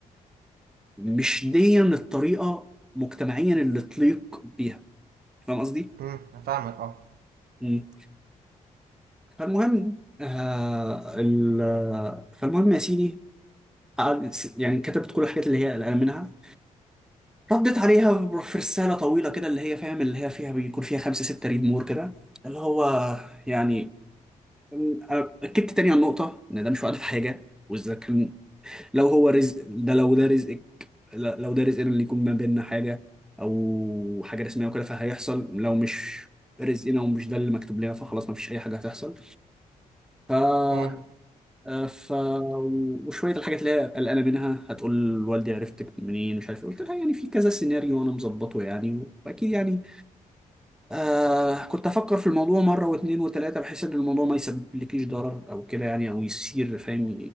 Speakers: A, in the centre; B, on the right.
A: فمش دي الطريقه مجتمعيا اللي تليق بيها فاهم قصدي؟
B: امم فاهمك اه
A: مم. فالمهم آه ال- فالمهم يا سيدي قعد- يعني كتبت كل الحاجات اللي هي قلقان منها رديت عليها في رسالة طويلة كده اللي هي فاهم اللي هي فيها بيكون فيها خمسة ستة ريد مور كده اللي هو يعني أم- أكدت تاني على النقطة إن ده مش وعد في حاجة وإذا كان لو هو رزق ده لو ده رزقك لا- لو ده رزقنا اللي يكون ما بيننا حاجة أو حاجة رسمية وكده فهيحصل لو مش رزقنا ومش ده اللي مكتوب لنا فخلاص ما فيش أي حاجة هتحصل ف
B: امم
A: آه، ف وشويه الحاجات اللي هي قلقانه منها هتقول والدي عرفتك منين مش عارف إيه. قلت لها يعني في كذا سيناريو انا مظبطه يعني واكيد يعني آه كنت افكر في الموضوع مره واثنين وثلاثه بحيث ان الموضوع ما يسببلكيش ضرر او كده يعني او يصير فاهم